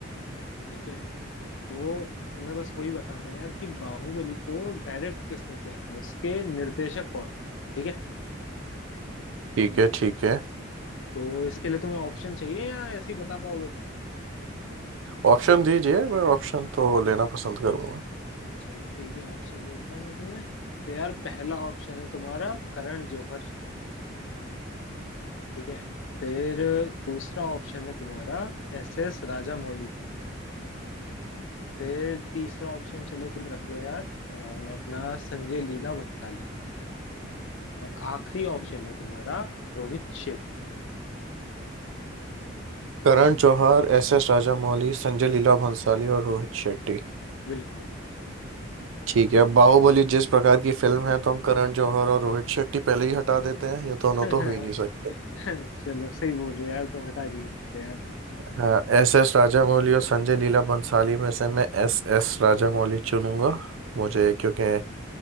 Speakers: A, on the left (about 65°); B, on the right (about 70°).
A: ठीक है तो तुम्हें बस वही बताना है यार कि बाहुबली को डायरेक्ट किसने किया था उसके निर्देशक कौन ठीक है
B: ठीक है ठीक है
A: तो इसके लिए तुम्हें ऑप्शन चाहिए या ऐसे ही बता पाओगे
B: ऑप्शन दीजिए मैं ऑप्शन तो लेना पसंद करूंगा
A: चलो ठीक है ऑप्शन देता हूँ मैं तुम्हें तो यार पहला ऑप्शन है तुम्हारा करण जौहर ठीक है फिर दूसरा ऑप्शन है तुम्हारा एस एस राजामौली फिर तीसरा ऑप्शन चलो तुम रख लो यार अ, अपना संजय लीला भंसाली और आखिरी ऑप्शन है तुम्हारा रोहित शेट
B: करण जौहर एस एस राजामौली संजय लीला भंसाली और रोहित शेट्टी
A: बिल्कुल
B: ठीक है अब बाहुबली जिस प्रकार की फिल्म है तो हम करण जौहर और रोहित शेट्टी पहले ही हटा देते हैं ये दोनों
A: <laughs>
B: तो हो ही नहीं सकते
A: चलो सही बोल रहे हो यार तुम हटा दिए इसको
B: हाँ एस एस राजामौली और संजय लीला बंसाली में से मैं एस एस राजामौली चुनूंगा मुझे क्योंकि